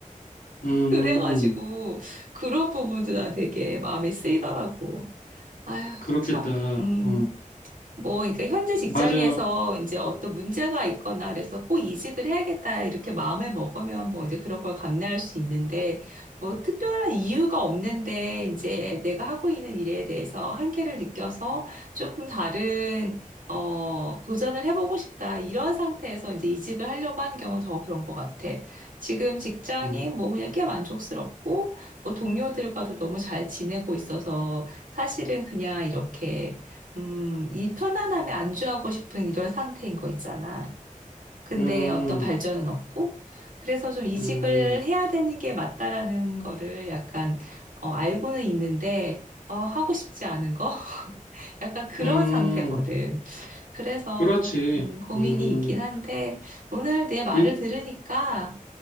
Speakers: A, on the left; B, on the right.
A: 음,
B: 그래가지고 그런 부분도 난 되게 마음이 쓰이더라고. 아휴,
A: 그렇겠다.
B: 참, 음.
A: 어,
B: 뭐, 그러니까 현재 직장에서
A: 맞아.
B: 이제 어떤 문제가 있거나 그래서 꼭 이직을 해야겠다 이렇게 마음을 먹으면 뭐 이제 그런 걸 감내할 수 있는데 뭐 특별한 이유가 없는데 이제 내가 하고 있는 일에 대해서 한계를 느껴서 조금 다른 어 도전을 해보고 싶다 이런 상태에서 이제 이직을 하려고 하는 경우는 더 그런 것 같아. 지금 직장이
A: 음,
B: 뭐 그냥 꽤 만족스럽고 뭐 동료들과도 너무 잘 지내고 있어서 사실은 그냥 이렇게 음, 이 편안함에 안주하고 싶은 이런 상태인 거 있잖아. 근데
A: 음,
B: 어떤 발전은 없고, 그래서 좀 이직을
A: 음,
B: 해야 되는 게 맞다라는 거를 약간, 어, 알고는 있는데, 어, 하고 싶지 않은 거? <laughs> 약간 그런
A: 음,
B: 상태거든. 그래서,
A: 그렇지.
B: 음, 고민이
A: 음,
B: 있긴 한데, 오늘 내 말을
A: 이,
B: 들으니까